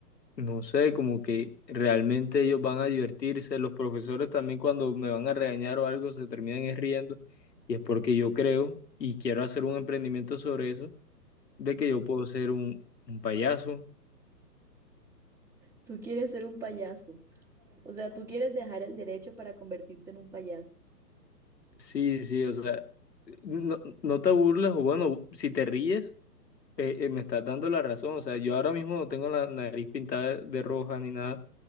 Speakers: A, on the left; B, in the centre.
A: No sé, como que realmente ellos van a divertirse, los profesores también cuando me van a regañar o algo se terminan es riendo y es porque yo creo y quiero hacer un emprendimiento sobre eso, de que yo puedo ser un, un payaso.
B: tú quieres ser un payaso. O sea, tú quieres dejar el derecho para convertirte en un payaso.
A: Sí, sí, o sea, no, no te burles o bueno, si te ríes, eh, eh, me estás dando la razón, o sea, yo ahora mismo no tengo la nariz pintada de, de roja ni nada,